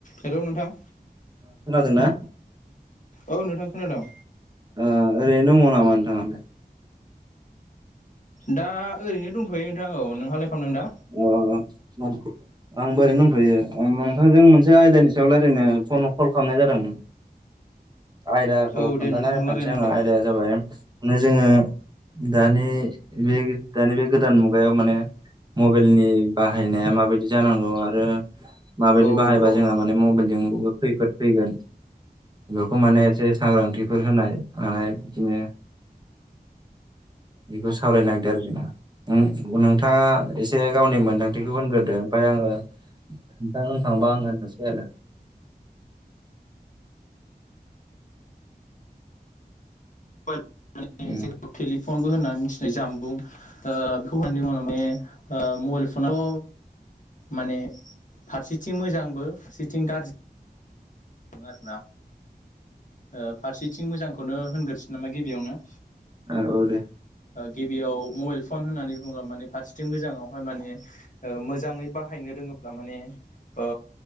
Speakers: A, on the left (about 50°); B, on the right (about 25°).
A: हेल' नोंथां
B: खोनादोंना?
A: औ नोंथां खोनादों।
B: ओ ओरैनो दङ' नामा नोंथाङा दा?
A: दा ओरैनो दंथ'यो नोंथां औ नोंहालाय खालामदों दा
B: ओ आंबो ओरैनो दंथ'यो‌। नोंथांजों मोनसे आयदानि सायाव रायलायनो फ'न कल खालामनाय जादों। आयदाखौ
A: औ
B: खोन्थाना
A: दे नोंथां
B: होखानोसै
A: रायलायनो हादों
B: आङो आयदाया जाबाय माने जोङो दानि बे दानि बे गोदान मुगायाव माने मबाइलनि बाहायनाया माबायदि जानांगौ आरो माबायदि
A: औ
B: बाहायबा
A: औ
B: जोंहा माने मबाइलजों बो खैफोद फैगोन। बेफोरखौ माने एसे सांग्रांथिफोर होनाय मानाय बिदिनो बेखौ सावरायनो नागिरदों आरो <inaudible> नोंथाङा एसे गावनि मोनदांथिखौ होनग्रोदो ओमफाय आङो नोंथां होनखांबा आं होननोसै आरो।
A: <unintelligible>
B: उम
A: फनबो होननानै मिथिनाय जामबुं ओ बेखौ होननानै बुङोब्ला माने ओ मबाइल फनाव माने फारसेथिं मोजांबो फारसेथिं गारजि आरोना। ओ फारसेथिं मोजांखौनो होनग्रोनोसै नामा गिबियावनो
B: ओ औ दे
A: गिबियाव मबाइल फन होननानै बुङोब्ला माने फारसेथिं मोजाङावहाय माने ओ मोजाङै बाहायनो रोङोब्ला माने ओ